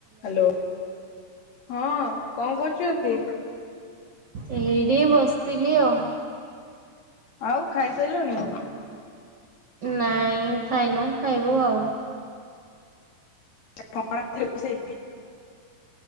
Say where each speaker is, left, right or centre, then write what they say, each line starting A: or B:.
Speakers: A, on the left (about 65°); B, on the right (about 70°).
A: Hello ହଁ କଣ କରୁଛନ୍ତି?
B: ଏଇଠି ବସିଥିଲି ଆଉ।
A: ଆଉ ଖାଇସାଇଲୁଣି?
B: ନାଇଁ ଖାଇନୁ ଖାଇବୁ ଆଉ।
A: କଣ ସେ